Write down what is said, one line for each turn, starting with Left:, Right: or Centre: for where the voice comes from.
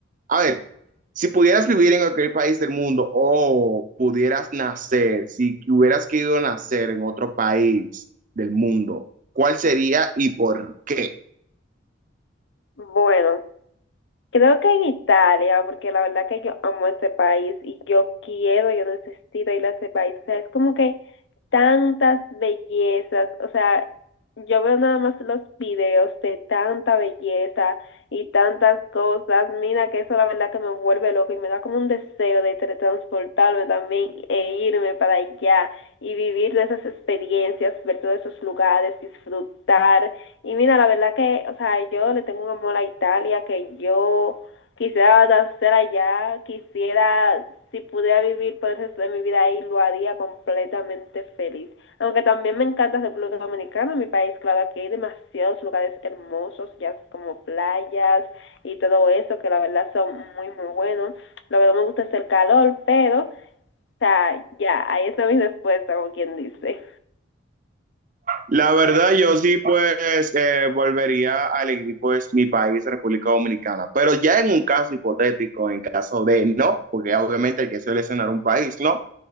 Right: A ver, si pudieras vivir en cualquier país del mundo o pudieras nacer, si que hubieras querido nacer en otro país del mundo, ¿cuál sería y por qué?
Left: Bueno. Creo que en Italia, porque la verdad que yo amo ese país y yo quiero, yo necesito ir a ese país. O sea, es como que tantas bellezas, o sea, yo veo nada más los videos de tanta belleza y tantas cosas. Mira que eso la verdad que me vuelve loco y me da como un deseo de teletransportarme también e irme para allá y vivir de esas experiencias, ver todos esos lugares, disfrutar. Y mira, la verdad que, o sea, yo le tengo un amor a Italia, que yo quisiera nacer allá, quisiera, si pudiera vivir por el resto de mi vida ahí, lo haría completamente feliz. Aunque también me encanta República Dominicana, mi país, claro, aquí hay demasiados lugares hermosos, ya como playas y todo eso, que la verdad son muy, muy buenos. Lo que no me gusta es el calor, pero, o sea, ya, ahí está mi respuesta, como quien dice.
Right: La verdad, yo sí, pues, eh, volvería a elegir, pues, mi país, República Dominicana. Pero ya en un caso hipotético, en caso de no, porque obviamente hay que seleccionar un país, ¿no?